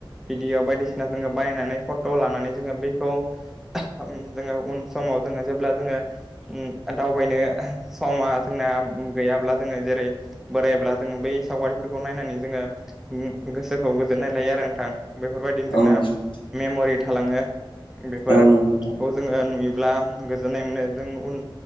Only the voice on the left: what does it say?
औ नोंथां
औ नंगौ नोंथां